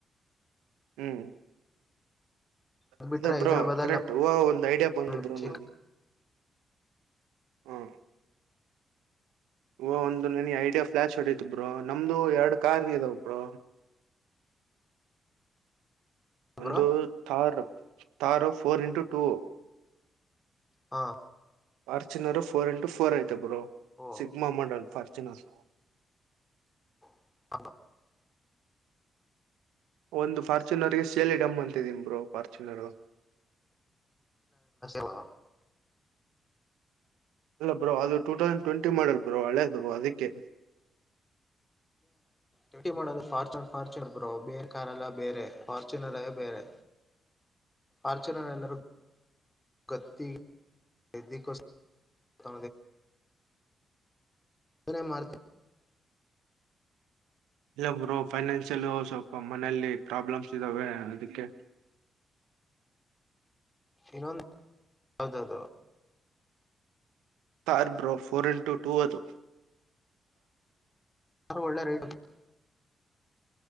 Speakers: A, on the right; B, on the left.
A: ಹ್ಮ್
B: ಅದ್ ಬಿಟ್ರೆ
A: ಅದೇ
B: ಹೈದ್ರಾಬಾದಲ್
A: ಬ್ರೋ ಕರೆಕ್ಟ್ ಹೂ ಒಂದ್ ಐಡಿಯಾ
B: ನಮ್
A: ಬಂತು ಬ್ರೋ
B: ಚಿಕ್ಕ
A: ನನಗೆ ಹ್ಮ್ ಓ ಒಂದು ನನ್ ಐಡಿಯಾ ಫ್ಲಾಶ್ ಹೊಡಿತ ಬ್ರೋ ನಮ್ದು ಎರಡು ಕಾರ್ಿಗೆದಾವ ಅಪರ ಒಂದು
B: ಬ್ರೋ
A: Thar Thar four into two
B: ಹಾ
A: ಮಾರ್ಚ್ಿನರು ಫೋರ್ ಇಂಟು ಫೋರ್ ಐತೆ ಬ್ರೋ
B: ಓ
A: ಸಗ್ಮಾ ಮಂಡಲ್ ಫಾರ್ಚುನರ್
B: ಹ
A: ಒಂದು ಫಾರ್ಚುನರ್ಗೆ ಸೇಲಿ ಡಮ್ ಅಂತಿದೀ ಬರು ಫಾರ್ಚುನರ್
B: ವಾ
A: ಇಲ್ಲ ಬ್ರೋ ಅದು ಟೂ ತೌಸಂಡ್ ಟ್ವೆಂಟಿ ಮಾಡಲ್ ಅ್ರ ಒಳ್ಳೇದು ಅದಕ್ಕೆ
B: ್ಯಟಿ ಮಾಡೋದು ಫಾರ್ಚುನರ್ ಫಾರ್ಚುನರ್ ಬೋ ಬೇರೆ ಕ ಎಲ್ಲ ಬೇರೆ ಫಾರ್ಚುನರೇ ಬೇರೆ ಆಾರ್ಚನ ನಂದರು ಗತ್ತ ವಿಕ ತ ದ ನ ಮಾರ್ತ
A: ಇಲ್ಲೊಬ್ರು ಫೈನಾನ್ಸಿಯಲ್ ಸ್ವಲ್ಪ ಮನೇೆಯಲ್ಲಿ ಪ್ರಾಬ್ಲಮ್ಸ್ ಇದ್ದಾವೆ ಅದಕ್ಕೆ
B: ಇನ್ನೊಂದು ಹೌದದು
A: car bro four into two ಅದು
B: ಯಾರ ಒಳ್ಳ ರೈಡು